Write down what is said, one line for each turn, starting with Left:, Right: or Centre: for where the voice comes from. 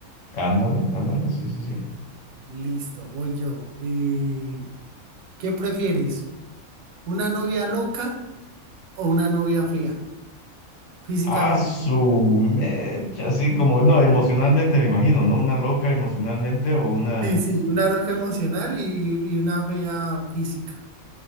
Left: Ándale, ándale, sí, sí, sí.
Right: Listo, voy yo. Eh, ¿qué prefieres? ¿Una novia loca o una novia fea físicamente?
Left: A su
Right: ¿no?
Left: mecha, así como, no, emocionalmente me imagino, ¿no? Una loca emocionalmente o una,
Right: Sí, sí, una loca emocional y, y una fea física.